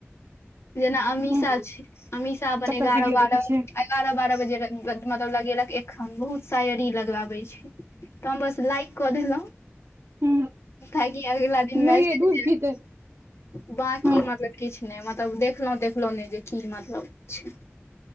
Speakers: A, on the left; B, on the right.
A: जेना अमीषा
B: हूँ
A: छै अमीषा अपन
B: तकर
A: एगारह
B: वीडियो
A: बारह
B: देखै छियै
A: एगारह बारह बजे मतलब लगेलक एखन बहुत साायरी लगबाबे छै त हम बस लाइक क दे लो
B: हूँ
A: खाकी अगिला दिन
B: नै
A: <unintelligible>
B: यै दूध पीतै
A: बकी
B: हूँ
A: मतलब किछु नाए मत तब देखलहुँ देखलहुँ नाए जे की मतलब छै